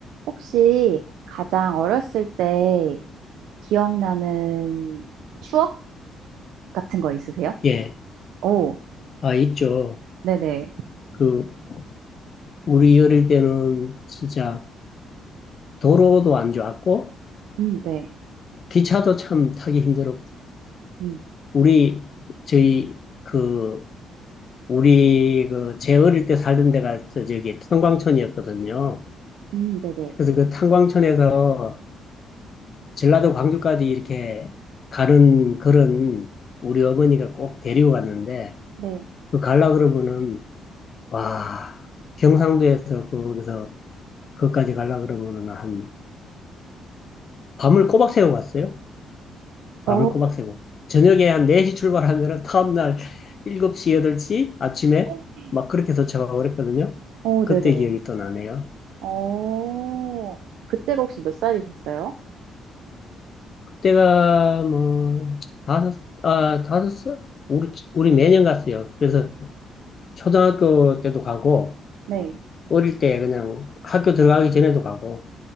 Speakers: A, on the right (about 85°); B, on the left (about 50°).
A: 혹시 가장 어렸을 때 기억나는 추억 같은 거 있으세요?
B: 예,
A: 오,
B: 아, 있죠.
A: 네네.
B: 그, 우리 어릴 때는 진짜 도로도 안 좋았고,
A: 음, 네.
B: 기차도 참 타기 힘들었고,
A: 음,
B: 우리, 저희, 그, 우리, 그, 제 어릴 때 살던 데가 저- 저기 탄광촌이었거든요.
A: 음, 네네.
B: 그래서 그 탄광촌에서 전라도 광주까지 이렇게 가는 그런 우리 어머니가 꼭 데리고 갔는데,
A: 네.
B: 그 갈라 그러면은, 와, 경상도에서 거기서 그것까지 갈라 그러면은 한 밤을 꼬박 새고 갔어요.
A: 어,
B: 밤을 꼬박 새고. 저녁에 한 4시 출발하면은 다음날 7시, 8시 아침에
A: 네?
B: 막 그렇게 도착하고 그랬거든요.
A: 어,
B: 그때
A: 네네.
B: 기억이 또 나네요.
A: 어, 그때가 혹시 몇 살이셨어요?
B: 그때가 뭐, 다섯, 아, 다섯, 살? 우리, 우리 매년 갔어요. 그래서 초등학교 때도 가고,
A: 네.
B: 어릴 때 그냥 학교 들어가기 전에도 가고,